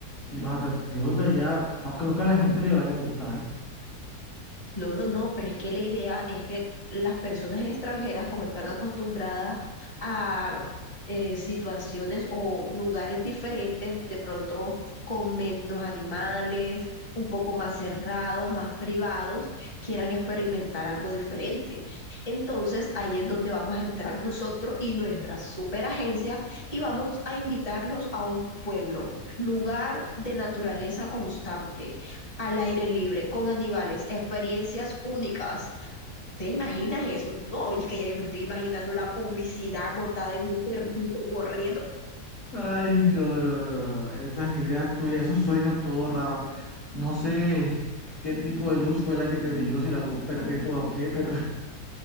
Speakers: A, on the left (about 50°); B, on the left (about 20°).
A: Y los atractivos de allá, no creo que a la gente le vaya a gustar.
B: No, no, no, pero es que la idea es que las personas extranjeras, como están acostumbradas a eh, situaciones o lugares diferentes, de pronto con menos animales, un poco más cerrados, más privados, quieran experimentar algo diferente. Entonces, ahí es donde vamos a entrar nosotros y nuestra superagencia y vamos a invitarlos a un pueblo, lugar de naturaleza constante al aire libre, con animales, experiencias únicas. ¿Te imaginas eso? No, y es que ya yo me estoy imaginando la publicidad montada en un perrito corriendo.
A: Ay, no, no, no, no. Esas ideas tuyas, esos sueños todos raros. No sé qué tipo de luz fue la que te brilló, si la luz perpetua o qué, pero